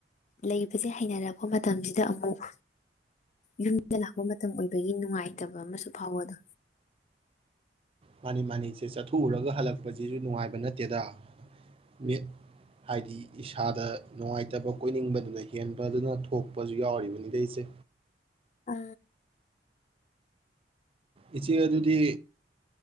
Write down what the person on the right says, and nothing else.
ꯃꯥꯅꯤ ꯃꯥꯅꯤ ꯏꯆꯦ ꯆꯠꯊꯣꯛꯎꯔꯒ ꯍꯜꯂꯛꯄꯁꯤꯁꯨ ꯅꯨꯡꯉꯥꯏꯕ ꯅꯠꯇꯦꯗ ꯃꯤꯠ ꯍꯥꯏꯗꯤ ꯏꯁꯥꯗ ꯅꯨꯡꯉꯥꯏꯇꯕ ꯀꯣꯏꯅꯤꯡꯕꯗꯨꯅ ꯍꯦꯟꯕꯗꯨꯅ ꯊꯣꯛꯄꯁꯨ ꯌꯥꯎꯔꯤꯕꯅꯤꯗ ꯏꯆꯦ
ꯏꯆꯦ ꯑꯗꯨꯗꯤ